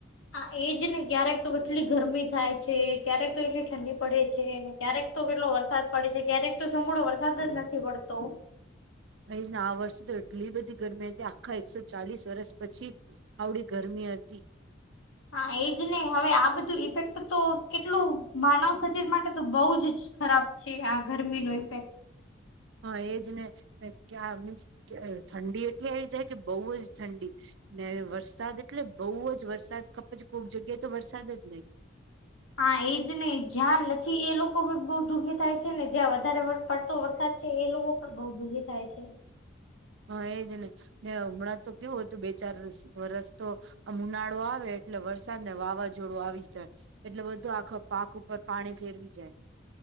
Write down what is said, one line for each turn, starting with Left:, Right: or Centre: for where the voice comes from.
Left: હા એ જ ને ક્યારેક તો એટલી ગરમી થાય છે. ક્યારેક તો એટલી ઠંડી પડે છે ને ક્યારેક તો કેટલો વરસાદ પડે છે. ક્યારેક તો સંઘળો વરસાદ જ નથી પડતો.
Right: અહીને આ વર્ષે તો એટલી બધી ગરમી હતી આખા એકસો ચાલીસ વર્ષ પછી આવડી ગરમી હતી.
Left: હા એજ ને હવે આ બધું ઇફેક્ટ તો કેટલું માનવ શરીર માટે તો બઉુ જ ખરાબ છે આ ગરમી નો ઇફેક્ટ
Right: હા એજ ને ક મીન્સ ઠંડી એટલી આવી જાય કે બહુ જ ઠંડી ને વરસાદ એટલે બઉુ જ વરસાદ કપચ કોઈક જગ્યાએ તો વરસાદ જ નહી.
Left: હા એજ ને જ્યાન નથી એ લોકો ભી બહુ દુઃખી થાય છે ને જ્યાં વધારે પડતો વરસાદ છે એ લોકો પણ બહુ દુઃખી થાય છે.
Right: હા એજ ને ને હમણાં તો કેવું હતું બે ચાર વરસ તો આ ઉનાળો આવે એટલે વરસાદ ને વાવાઝોડું આવી જાય. એટલે બધું આખ પાક ઉપર પાણી ફેરવી જાય.